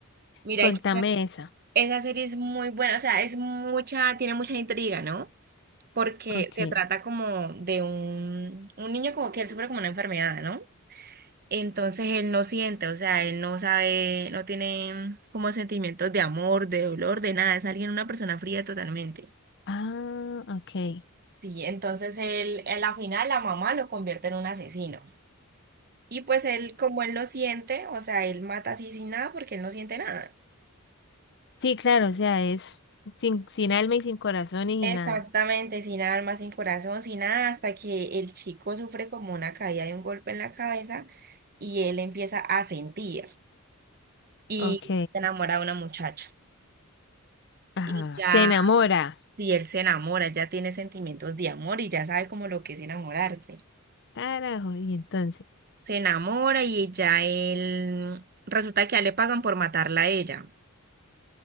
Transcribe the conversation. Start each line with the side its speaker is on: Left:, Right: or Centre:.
Right: Mira
Left: contame
Right: que esa,
Left: esa.
Right: esa serie es muy buena, o sea, es mucha, tiene mucha intriga, ¿no? Porque
Left: Ok.
Right: se trata como de un, un niño como que él sufre como una enfermedad, ¿no? Entonces él no siente, o sea, él no sabe, no tiene como sentimientos de amor, de dolor, de nada, es alguien, una persona fría totalmente.
Left: Ah, ok.
Right: Sí, entonces él, a la final la mamá lo convierte en un asesino. Y pues él, como él no siente, o sea, él mata así sin nada porque él no siente nada.
Left: Sí, claro, o sea, es sin, sin alma y sin corazón y
Right: Exactamente,
Left: nada.
Right: sin alma, sin corazón, sin nada, hasta que el chico sufre como una caída de un golpe en la cabeza y él empieza a sentir y
Left: Ok.
Right: se enamora de una muchacha.
Left: Ajá.
Right: Y ya,
Left: Se enamora.
Right: si él se enamora, ya tiene sentimientos de amor y ya sabe como lo que es enamorarse.
Left: Carajo, y entonces.
Right: Se enamora y ya él, resulta que ya le pagan por matarla a ella.